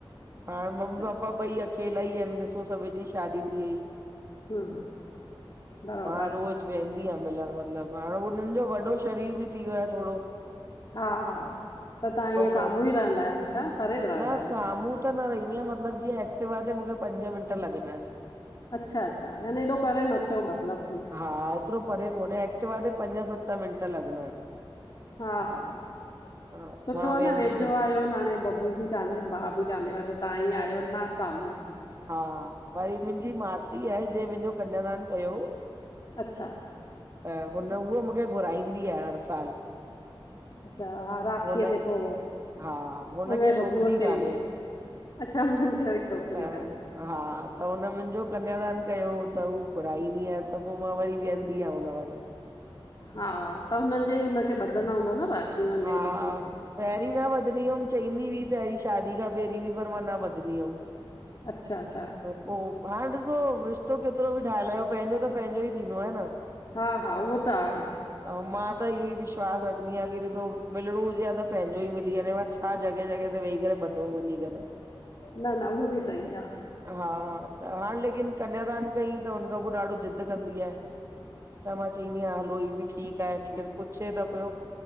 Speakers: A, on the right; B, on the left.
A: हाणे मम्मी
B: अच्छा
A: पापा ॿई अकेला ई आहिन, ॾिसो सभिन जी शादी थी वई।
B: हम्म बराबरि
A: मां रोज़ वेंदी आहियां मिलण मतिलबु हाणे उननि जो वॾो शरीर बि थी वियो आहे थोङो।
B: हा हा त तहां ईअं
A: कम
B: साम्हूं ई रहंदा आहियो छा, परे रहंदा
A: न
B: आहियो?
A: साम्हूं न रहंदी आंयां मतिलबु जीअं ऐक्टिवा आहे त मूंखे पंज मिंट लॻंदा आहिन।
B: अच्छा- अच्छा, याने हेॾो परे न थियो मतिलबु की।
A: हा एतिरो परे कोन्हे, एक्टिवा ते पंज सत मिंट लॻंदा आहिन।
B: हा हा
A: त
B: सुठो
A: मां
B: आ
A: वेंदी
B: न, वेझो
A: आहियां
B: आयोन हाणे बबू बि कान ए, भाउ बि कानहे त तव्हां ई आहियो न साम्हूं।
A: हा, वरी मुंहिंजी मासी आहे जे मुंहिंजो कन्यादान कयो
B: अच्छा!
A: त हुन- उहो मूंखे घुराईंदी आ हर साल।
B: अच्छा हा राखीअ
A: हुनखे
B: ते पो
A: हा हुनखे
B: हुनजे
A: छोकिरी
B: बबूअ खे
A: कान्हे
B: ई अच्छा छोकिरी
A: त
B: कान्हे
A: हा, त हुन मुंहिंजो कन्यादान कयो हो, त हू घुराईंदी आ त पो मां वरी वेहंदी आहियां हुन वटि।
B: हा त हुननि जे ई हुनखे बधना हूंदा न राखी? हुननि जे
A: हा
B: ई बबूअ खे
A: पहिरीं न वधंदी हुअम, चईंदी हुई पहिरीं, शादी खां पहिरीं बि हु, पर मां न वधंदी हुअम।
B: अच्छा- अच्छा!
A: पो हाणे ॾिसो रिश्तो केतिरो बि ठाहे लाहियो, पंहिंजो त पंहिंजो ई थींदो आहे न।
B: हा हा, उहो त आहे।
A: त हु मां त इहो ई विश्वास रखंदी आंयां कि मिलणो हुजे आ त पंहिंजो ई मिली वञे आं, छा जॻह जॻह ते वेही करे ॿधो वंञी करे।
B: न न, उहो बि सही आ।
A: हा त हाणे लेकिन कन्यादान क‌ईं त हुनखां पो ॾाढो ज़ि कंदी आहे, त मां चवंदी आहियां हलो ई बि ठीकु आहे, केरु पुछे त पियो।